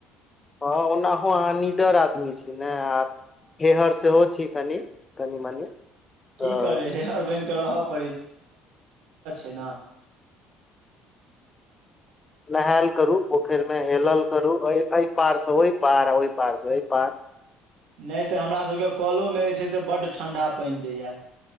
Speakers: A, on the left; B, on the right.
A: हँ ओनाहो अनिदर आदमी छी। नहि आ हेहर सेहो छी कनि कनि मनी।
B: की
A: तऽ
B: करबै हे अरबने रहब। र <unintelligible> <inaudible>
A: नहायल करू पोखरि मे हेलल करू एहि पार से ओहि पार ओहि पार से ओ पार।
B: नहि से हमरासभके कलोमे जे छै से बड्ड ठण्डा पानि दैए।